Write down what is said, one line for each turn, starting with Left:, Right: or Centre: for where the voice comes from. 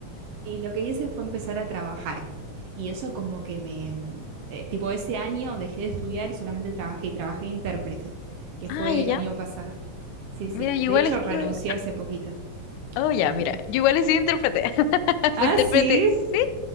Right: Y lo que hice fue empezar a trabajar. Y eso como que me, eh, tipo ese año dejé de estudiar y solamente trabajé y trabajé de intérprete que
Left: Ah,
Right: fue
Left: ya,
Right: el
Left: ya.
Right: año pasado. Sí, sí.
Left: Mira, yo igual
Right: De hecho,
Left: estuve.
Right: renuncié hace poquito.
Left: Oh, ya,
Right: Perdón,
Left: mira.
Right: ¿qué?
Left: Yo igual he sido intérprete. <laughs> Fui
Right: Ah,
Left: intérprete
Right: sí.
Left: sí,